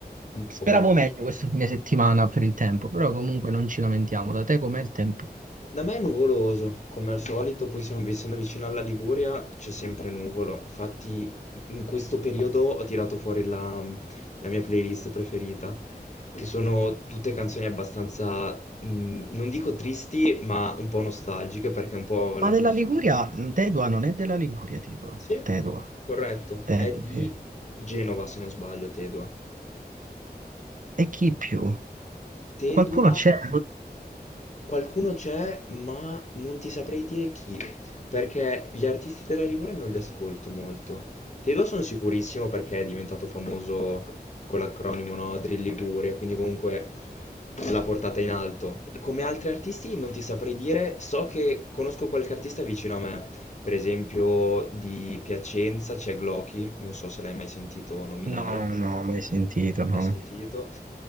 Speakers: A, on the left (about 45°); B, on the right (about 50°).
A: Un
B: speravo
A: po' ballerino.
B: meglio questo Fine settimana per il tempo, però comunque
A: sì.
B: non ci lamentiamo. Da te com'è il tempo?
A: Da me è nuvoloso, come al solito, poi sono- essendo vicino alla Liguria c'è sempre nuvolo. Infatti in questo periodo ho tirato fuori la, la mia playlist preferita, che sono tutte canzoni abbastanza, mh, non dico tristi, ma un po' nostalgiche perché è un po'
B: Ma
A: l'atmosfera.
B: della Liguria, Tedua non è della Liguria, tipo.
A: Sì,
B: Tedua,
A: corretto.
B: Tedua,
A: È di
B: sì.
A: Genova, se non sbaglio, Tedua.
B: E chi più?
A: Tedua,
B: Qualcuno c'è?
A: qualcuno c'è, ma non ti saprei dire chi, perché gli artisti della Liguria non li ascolto molto. Tedua sono sicurissimo perché è diventato famoso con l'acronimo, no? Drill Liguria, quindi comunque l'ha portata in alto. Come altri artisti non ti saprei dire, so che conosco qualche artista vicino a me, per esempio di Piacenza c'è Glocky, non so se l'hai mai sentito nominare
B: No, no, mai sentito,
A: mai
B: no.
A: sentito.